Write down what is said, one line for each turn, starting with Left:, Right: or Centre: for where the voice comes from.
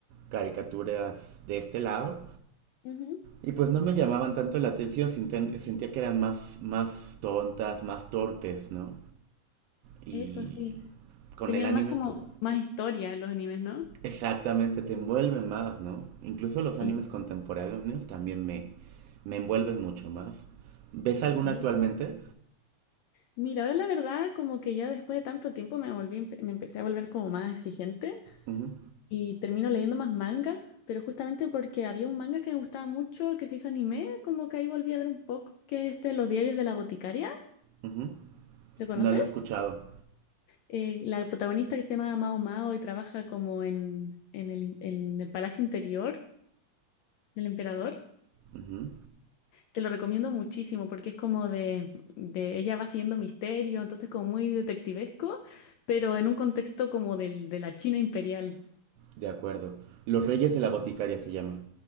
Right: caricaturas de este lado
Left: Ujú,
Right: y pues no me llamaban tanto la atención, sinten- sentía que eran más, más tontas, más torpes, ¿no? Y
Left: Eso sí.
Right: con
Left: Tenían
Right: el anime,
Left: más como
Right: pues
Left: más historia los animes, ¿no?
Right: exactamente, te envuelven más, ¿no? Incluso los animes
Left: Sí,
Right: contemporáneos también me, me envuelven mucho más. ¿Ves alguna
Left: sí.
Right: actualmente?
Left: Mira, ahora la verdad, como que ya después de tanto tiempo me volví, empe- me empecé a volver como más exigente
Right: Ujú,
Left: y termino leyendo más manga, pero justamente porque había un manga que me gustaba mucho que se hizo anime, como que ahí volví a ver un poco, que es este Los diarios de la boticaria,
Right: ujú.
Left: ¿lo conoces?
Right: No lo he escuchado.
Left: Eh, la protagonista que se llama Mao Mao y trabaja como en, en el, en el palacio interior del emperador.
Right: Ujú,
Left: Te lo recomiendo muchísimo porque es como de, de ella va siendo misterio, entonces como muy detectivesco, pero en un contexto como del, de la China imperial.
Right: De acuerdo. Los Reyes de la Boticaria se llama.